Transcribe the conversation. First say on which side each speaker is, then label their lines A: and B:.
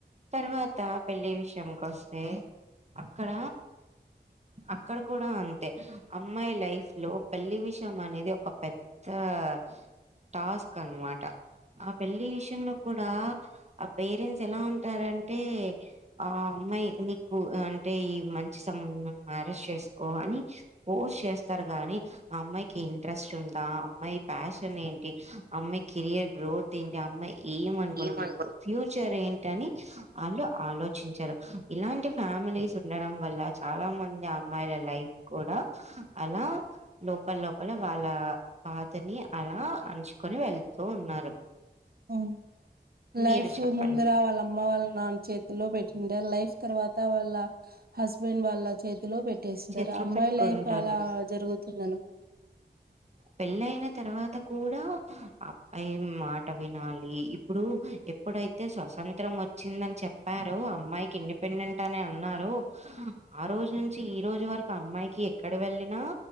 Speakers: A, on the right; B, on the right.
A: తర్వా తర్వాత పెళ్ళి విషయం కొస్తే అక్కడ అక్కడ కూడా అంతే అమ్మాయి లైఫ్ లో పెళ్లి విషయం అనేది ఒక పెద్ద ఆ టాస్క్ అనమాట ఆ పెళ్ళి విషయంలో కూడా ఆ పేరెంట్స్ ఎలా ఉంటారంటే ఆ అమ్మాయ్ మీకు అన్ టే ఈ మంచి సంబంధం మ్యారేజ్ చేసుకో అని ఫోర్స్ చేస్తారు గాని ఆ అమ్మాయికి ఇంట్రెస్ట్ ఉందా అమ్మాయి ప్యాషన్ ఏంటి అమ్మాయి కెరియర్ గ్రోత్ ఏంటి అమ్మాయ్ ఏమ్ అనుకుంటుందో
B: ఏమనుకో
A: ఫ్యూచర్ ఎన్ టని ఆళ్ళు ఆలోచించరు ఇలాంటి ఫ్యామిలీసు ఉండడం వల్ల చాలా మంది అమ్మాయిల లైఫ్ కూడా అలా లోపల లోపల వాళ్ళ బాధని అలా అణచుకొని వెళ్తూ ఉన్నారు.
B: వును లైఫ్
A: మీరు చెప్పండి
B: ముందర వాళ్ళ అమ్మ వాళ్ళ నాన్న చేతిలో పెట్టింటరు లైఫ్ తర్వాత వాళ్ళ హస్బెండ్ వాళ్ళ చేతిలో పె ట్టేసింటారు,
A: చేతిలో
B: అమ్మాయి
A: పెట్టుకుంటారు
B: లైఫ్ అలా జరుగుతుంది అనమట
A: పెళ్ళ అయిన తర్వాత కూడా అబ్బాయి మాట వినాలి ఇప్పుడు ఎప్ ఎప్పుడైతే స్వతంత్రం వచ్చిందని చెప్పారో, అమ్మాయికి ఇండిపెండెంట్ అని అన్నారో ఆ రోజు నుంచి ఈ రోజు వరకు అమ్మాయికి ఎక్కడ వెళ్ళినా